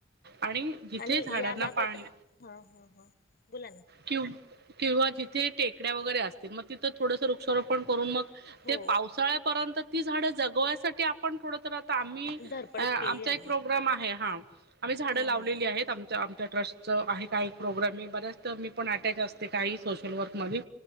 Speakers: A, on the right; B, on the left.
A: आणि जिथे
B: आणि
A: झाडांना
B: याबाबत
A: पाणी
B: हा हा हा बोला ना
A: कि किंवा जिथे टेकड्या वगैरे असतील मग तिथं थोडस वृक्षारोपण करून मग
B: हो
A: ते पावसाळ्यापर्यंत ती झाड जगवायसाठी आपण थोड आम्ही
B: धडपड
A: अ आमचा
B: केली हवी.
A: एक प्रोग्राम आहे. हा आम्ही झाडं
B: हा
A: लावलेली
B: हा हा.
A: आहेत आमच्या ट्रस्ट च आहे काही प्रोग्राम मी बऱ्याच मी पण अटॅच असते काही सोशल वर्कमदी!